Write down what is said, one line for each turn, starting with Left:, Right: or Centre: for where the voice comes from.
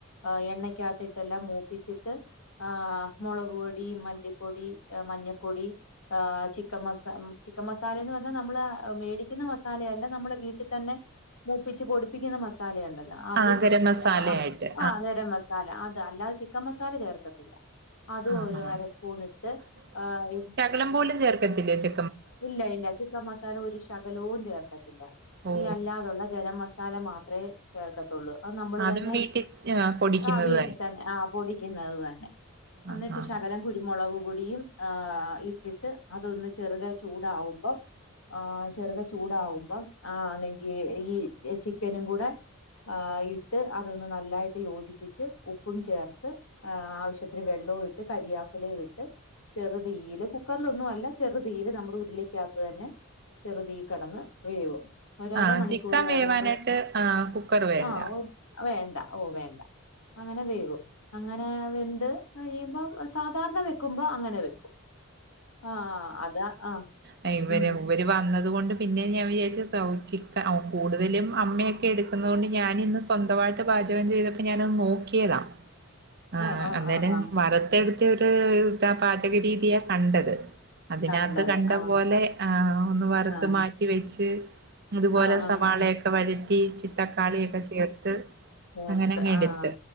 Left: ഏഹ് എണ്ണക്കകത്തിട്ടെല്ലാം മൂപ്പിച്ചിട്ട് ആഹ് മുളക് പൊടി മല്ലിപ്പൊടി മഞ്ഞപ്പൊടി ഏഹ് ചിക്കൻ മസാ ചിക്കൻ മസാലേ ന്ന് പറഞ്ഞാ നമ്മള് മേടിക്കുന്ന മസാലയല്ല. നമ്മള് വീട്ടി തന്നെ മൂപ്പിച്ച് പൊടിപ്പിക്കുന്ന മസാലയുണ്ടല്ലോ, അതും
Right: ആ ഗരം മസാലയായിട്ട്
Left: ആ ആ ഗരം മ സാല അത്, അല്ലാതെ ചിക്കൻ മസാല ചേർക്കത്തില്ല. അതും
Right: ആഹ്
Left: ഒരു
Right: ആഹ്
Left: അരസ്പൂണിട്ട് ഏഹ്
Right: ള്ളം പോലും ചേർക്കത്തില്ലേ ച്
Left: ഇല്ല ഇല്ല ചിക്കൻ മസാല ഒരു ശകലൂം ചേർക്കത്തില്ല
Right: ഓ
Left: ഈ അല്ലാതുള്ള ഗരം മസാല മാത്രേ ചേർക്കത്തുള്ളൂ. അത് നമ്മൾ
Right: അതും
Left: തന്നെ,
Right: വീട്ടിൽ ആഹ് പൊടിക്കുന്നത്
Left: ആഹ് വീട്ടി തന്നെ, ആഹ് പൊടി ക്ക്ന്നത് തന്നെ. അന്നിട്ട്
Right: ആഹ് ആഹ്
Left: ശകലം കുരുമുളക് പൊടിയും ഏഹ് ഇട്ടിട്ട്, അതൊന്ന് ചെറുകെ ചൂടാവുമ്പം ഏഹ് ചെറുകെ ചൂടാവുമ്പം ആ ണെങ്കി ഈ ചിക്കനും കൂടെ ഏഹ് ഇട്ട് അതൊന്ന് നല്ലായിട്ട് യോജിപ്പിച്ച് ഉപ്പും ചേർത്ത് ഏഹ് ആവശ്യത്തിന് വെള്ളവും ഇട്ട് കരിയാപ്പിലയും ഇട്ട് ചെറുതീയില് കുക്കർലൊന്നും അല്ല ചെറുതീയില് നമ്മ ക്കുരുളിക്കകത്ത് തന്നെ ചെറുതീയിൽ കെടന്ന് വേവും ഒരു അരമണിക്കൂർ
Right: ആഹ് ചിക്കൻ
Left: കഴിയുമ്പഴ്
Right: വേവാനായിട്ട് ആഹ് കുക്കർ വേണ്ട
Left: ആഹ് ഒ വേണ്ട ഓഹ് വേണ്ട അങ്ങനെ വേവും. അങ്ങനെ വെന്ത് കഴിയുമ്പം, സാധാരണ വെക്കുമ്പം അങ്ങനെ വെക്കും. ആഹ് അതാ ആഹ്
Right: ടൈം വരേ
Left: ഉം
Right: ആവും ഇവര് വന്നതുകൊണ്ട് പിന്നെ ഞാൻ വിചാരിച്ചു സൗ ചിക്കൻ കൂടുതലും അമ്മയൊക്കെ എടുക്കുന്നോണ്ട് ഞാനിന്ന് സ്വന്തമായിട്ട് പാചകം ചെയ്തപ്പം ഞാനത് നോക്കിയതാ. ഏഹ്
Left: ആഹ് ആഹ്
Right: അന്നേരം
Left: ആഹ് ആഹ്
Right: വറ്ത്തെട് ച്ചൊര് ഇതാ പാചക രീതിയാ കണ്ടത്. അതിനകത്ത്
Left: കണ്ടത്
Right: കണ്ട
Left: ആഹ്
Right: പോലെ ആഹ് ഒന്ന് വറുത്ത്
Left: ആഹ്
Right: മാറ്റിവെച്ച് അതുപോലെ
Left: ആഹ് ആഹ്
Right: സവാളയൊക്കെ
Left: ആഹ്
Right: വഴറ്റി ചി തക്കാളിയൊക്കെ ചേർത്ത്
Left: വർത്ത്
Right: അങ്ങനങ്ങ് എടുത്ത്
Left: ആഹ്.